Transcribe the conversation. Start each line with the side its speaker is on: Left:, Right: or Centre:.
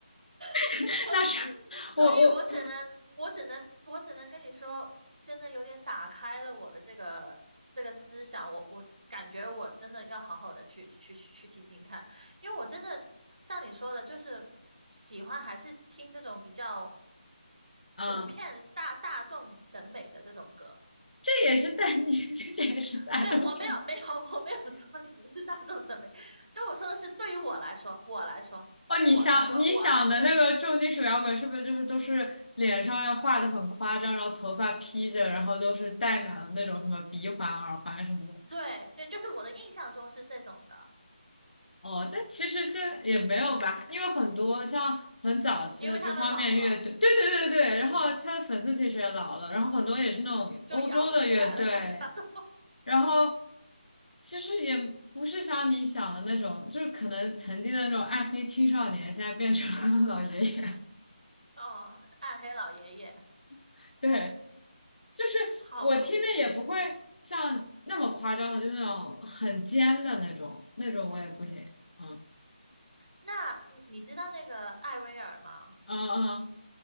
Right: <laughs>
Left: <laughs>
Right: 所以，
Left: 那是
Right: 所以我只能，
Left: 我我
Right: 我只能，我只能跟你说，真的有点打开了我的这个这个思想。我我感觉我真的要好好的去去去听听看，因为我真的像你说的，就是喜欢还是听这种比较
Left: 嗯，
Right: 普遍大大众审美的这种歌。
Left: 这也是大，<laughs> 你这也是大众上
Right: 没有，我没有，没有，<laughs> 我没有说你不是大众审美，就我说的是对于我来说，我来说，
Left: 哦。
Right: 对于我来说，
Left: 你想你想的那个重金属摇滚是不是就是都是脸上要画的很夸张，
Right: 我还是。
Left: 然后头发披着，然后都是戴满了那种什么鼻环、耳环什么的？
Right: 对对，就是我的印象中是这种的，
Left: 哦，但其实现在也没有吧，因为很多像很早期的这方面乐队，
Right: 因为他们老了，
Left: 对对对对，然后他的粉丝其实也老了，然后很多也是那种欧洲的乐队，
Right: 就摇不起来了，大家都，
Left: 然后其实也不是像你想的那种，就是可能曾经的那种暗黑青少年，现在变成了老爷爷，
Right: <laughs> 哦，暗黑老爷爷，
Left: <laughs> 对，就是我听的也不会像那么夸张的，
Right: 好吧，
Left: 就是那种很尖的那种，那种我也不行，
Right: 嗯，
Left: 嗯
Right: 那你你知道那个艾薇儿吗？
Left: 嗯